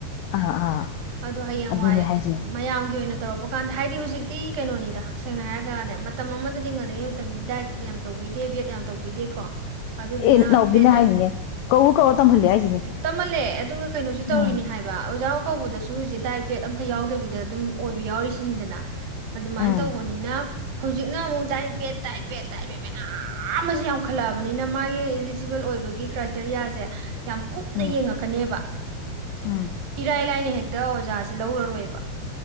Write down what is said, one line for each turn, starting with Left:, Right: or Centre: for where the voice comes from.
Left: ꯑꯥ ꯑꯥ
Right: ꯑꯗꯣ ꯍꯌꯦꯡꯋꯥꯏꯦ
Left: ꯑꯗꯨꯅꯦ ꯍꯥꯏꯁꯦ
Right: ꯃꯌꯥꯝꯒꯤ ꯑꯣꯏꯅ ꯇꯧꯔꯛꯄ ꯀꯥꯟꯗ ꯍꯥꯏꯗꯤ ꯍꯧꯖꯤꯛꯇꯤ ꯀꯩꯅꯣꯅꯤꯗ ꯁꯦꯡꯅ ꯍꯥꯏꯔꯒꯅꯦ ꯃꯇꯝ ꯑꯃꯗꯗꯤ ꯉꯜꯂꯤꯉꯩ ꯃꯇꯝꯗꯗꯤ ꯗꯥꯏꯠ ꯌꯥꯝ ꯇꯧꯕꯤꯗꯦ ꯕꯦꯠ ꯌꯥꯝ ꯇꯧꯕꯤꯗꯦꯀꯣ ꯑꯗꯨꯗꯨꯅ
Left: ꯑꯦ ꯅꯥꯎꯕꯤꯅ
Right: ꯕꯦꯠꯇ
Left: ꯍꯥꯏꯅꯤꯅꯦ ꯀꯧꯎ ꯀꯧꯔ ꯇꯝꯍꯜꯂꯦ ꯍꯥꯏꯁꯤꯅꯦ
Right: ꯇꯝꯍꯜꯂꯦ ꯑꯗꯨꯒ ꯀꯩꯅꯣꯁꯨ ꯇꯧꯔꯤꯅꯤ
Left: ꯎꯝ
Right: ꯍꯥꯏꯕ ꯑꯣꯖꯥ ꯀꯧꯕꯗꯣ ꯗꯥꯏꯠ ꯕꯦꯠ ꯑꯝꯇ ꯌꯥꯎꯗꯕꯤꯗ ꯑꯗꯨꯝ ꯑꯣꯏꯕ ꯌꯥꯎꯔꯤꯁꯤꯅꯤꯗꯅ ꯑꯗꯨꯃꯥꯏꯅ
Left: ꯎꯝ
Right: ꯇꯧꯕꯅꯤꯅ ꯍꯧꯖꯤꯛꯅ ꯑꯃꯨꯛ ꯗꯥꯏꯠ ꯕꯦꯠ ꯗꯥꯏꯠ ꯕꯦꯠ ꯇꯥꯏꯠ ꯕꯦꯠ ꯃꯌꯥꯝ ꯑꯁꯤ ꯌꯥꯝꯈꯠꯂꯛꯑꯕꯅꯤꯅ ꯃꯥꯒꯤ ꯏꯂꯤꯖꯤꯕꯜ ꯑꯣꯏꯕꯒꯤ ꯀ꯭ꯔꯥꯏꯇꯦꯔꯤꯌꯥꯁꯦ ꯌꯥꯝ ꯀꯨꯞꯅ
Left: ꯎꯝ
Right: ꯌꯦꯡꯉꯛꯀꯅꯦꯕ
Left: ꯎꯝ
Right: ꯏꯔꯥꯏ ꯂꯥꯏꯅ ꯍꯦ ꯍꯛꯇ ꯑꯣꯖꯥꯥꯁꯦ ꯂꯧꯔꯔꯣꯏꯕ